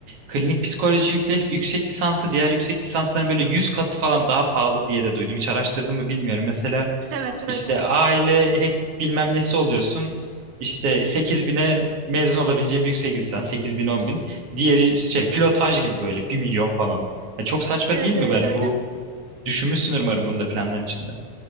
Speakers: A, on the right; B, on the right.
A: Klinik psikoloji yüksek, yüksek lisansı diğer yüksek lisansların böyle 100 katı falan daha pahalı diye de duydum. Hiç araştırdım mı bilmiyorum. Mesela
B: Evet
A: işte
B: öyle.
A: aile hek, bilmem nesi oluyorsun. İşte 8 bine mezun olabileceğim yüksek lisans 8 bin 10 bin. Diğeri şey pilotaj gibi böyle bir milyon falan. Ya çok saçma
B: Evet
A: değil mi?
B: evet
A: Yani
B: öyle.
A: bu düşünmüşsün umarım bunu da planların içinde.